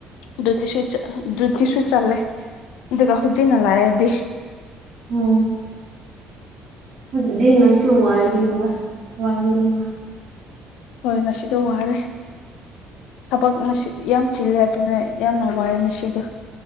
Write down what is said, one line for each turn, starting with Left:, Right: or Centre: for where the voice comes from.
Left: ꯑꯗꯨꯗꯤꯁꯨ ꯑꯗꯨꯗꯤꯁꯨ ꯆꯜꯂꯦ ꯑꯗꯨꯒ ꯍꯧꯖꯤꯟꯅ ꯂꯥꯛꯑꯗꯤ
Right: ꯍ ꯑꯗꯨꯗꯤ ꯅꯪꯁꯨ ꯋꯥꯒꯤꯅꯤꯕ ꯋꯥꯒꯤꯅꯤꯃ
Left: ꯍꯣꯏ ꯉꯁꯤꯗꯤ ꯋꯥꯔꯦ ꯊꯕꯛ ꯌꯥꯝ ꯆꯤꯜꯂꯦ ꯑꯗꯨꯅ ꯌꯥꯝꯅ ꯋꯥꯏꯑꯦ ꯃꯁꯤꯗꯣ